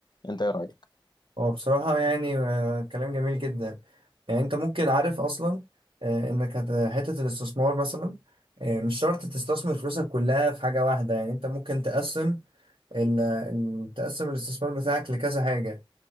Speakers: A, on the left; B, on the right.
A: أنت إيه رأيك؟
B: هو بصراحة يعني آه، كلام جميل جدا يعني انت ممكن عارف اصلا آه، انك هت- حتة الاستثمار مثلا آه، مش شرط تستثمر فلوسك كلها في حاجة واحدة يعني انت ممكن تقسم ال ال- تقسم الاستثمار بتاعك لكذا حاجة